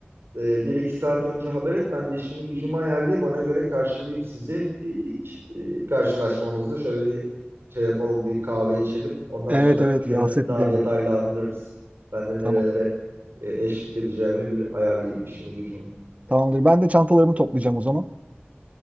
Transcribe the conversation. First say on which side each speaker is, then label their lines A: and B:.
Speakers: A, on the right; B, on the right.
A: E, bir iki saat önce haber et. Ben de işimi gücümü ayarlayayım. Ona göre karşılayayım sizi. E, ilk e, karşılaşmamızda şöyle bir şey yapalım. Bir kahve içelim. Ondan
B: Evet
A: sonra
B: evet
A: planı
B: bir hasret
A: daha
B: giderelim.
A: detaylandırırız. Ben de
B: Tamam.
A: nerelere e, eşlik edeceğimi bir ayarlayayım işimi gücümü.
B: Tamamdır. Ben de çantalarımı toplayacağım o zaman.